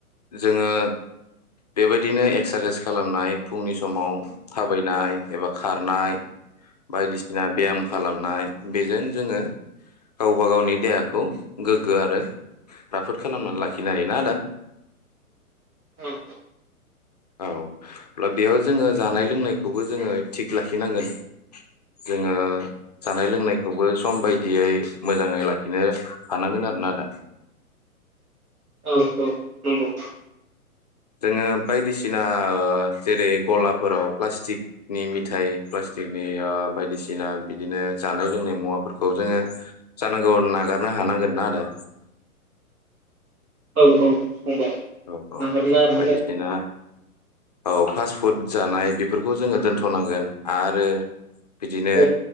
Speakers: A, on the left; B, on the right.
A: जोङो बेबायदिनो एक्सारसाइस खालामनाय फुंनि स समाव थाबायनाय एबा खारनाय बायदिसिना बेयाम खालामनाय बेजों जोङो गावबा गावनि देहाखौ गोग्गो आरो राफोद खालामनान लाखिनो हायो ना आदा
B: औ औ
A: औ अब्ला बेयाव जोङो जानाय लोंनायखौबो जोङो थिख लाखिनांगोन जोङो जानाय लोंनायखौबो सम बायदियै मोजाङै लाखिनो हानांगोन आरो ना आदा
B: औ औ नंगौ
A: जोङो बायदिसिना ओ जेरै गलाफोराव प्लास्टिकनि मिथाइ प्लास्टिकनि ओ बायदिसिना बिदिनो जानाय लोंनाय मुवाफोरखौ जोङो जानांगौ नागारनो हानांगोन ना आदा
B: औ औ फंबाय
A: औ औ
B: नागारनो हानांगोन
A: बायदिसिना औ फास्ट फुड जानाय बेफोरखौ जोङो दोनथनांगोन आरो बिदिनो
B: औ